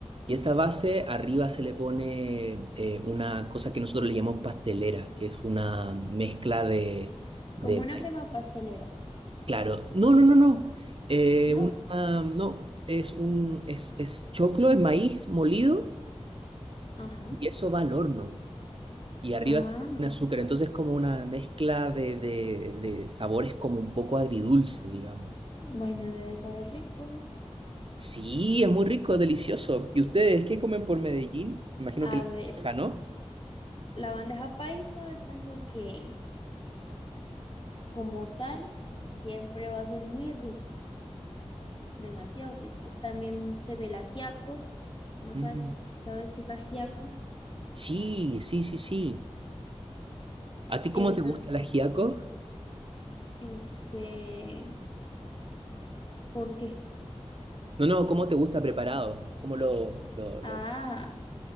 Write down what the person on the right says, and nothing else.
Y esa base arriba se le pone eh, una cosa que nosotros le llamamos pastelera, que es una mezcla de, de
Claro, no, no, no, no. Eh,
una- no, es un es, es choclo, es maíz molido
y eso va al horno. Y arriba
se le pone azúcar, entonces es como una mezcla de, de, de sabores como un poco agridulce, digamos.
Sí, es muy rico, es delicioso. ¿Y ustedes qué comen por Medellín? Me imagino
que la
bandeja, ¿no?
Mm,
Sí, sí, sí, sí. ¿A ti cómo
te
gusta el ajiaco?
No, no, ¿cómo te gusta preparado? ¿Cómo lo, lo, lo-